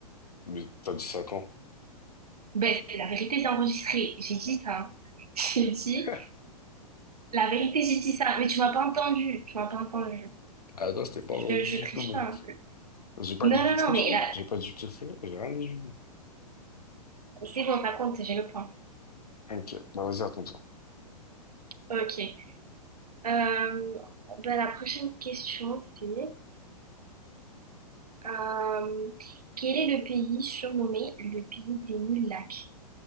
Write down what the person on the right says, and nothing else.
Ben, c'est la vérité, c'est enregistré. J'ai dit ça. <laughs> J'ai dit,
la vérité, j'ai dit ça. Mais tu m'as pas entendu. Tu m'as pas entendu.
Je,
je
triche
pas. hein.
Non,
non,
non,
mais là,
c'est bon, ça compte, j'ai le point.
Ok. Euh, bah, la prochaine question, c'est euh, quel est le pays surnommé le pays des mille lacs?